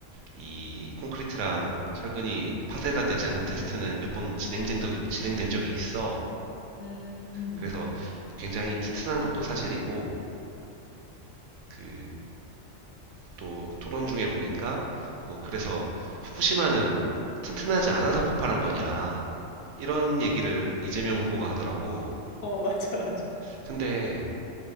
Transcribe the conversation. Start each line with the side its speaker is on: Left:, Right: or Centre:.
Right: 이 콘크리트랑 철근이 파쇄가 되지 않는 테스트는 몇번 진행된, 적- 진행된 적이 있어.
Left: 음.
Right: 그래서 굉장히 튼튼한 것도 사실이고 그 또 토론 중에 보니까 뭐 그래서 후쿠시마는 튼튼하지 않아서 폭발한 거냐 이런 얘기를 이재명 후보가 하더라고.
Left: 어, <laughs> 맞아, 맞아.
Right: 근데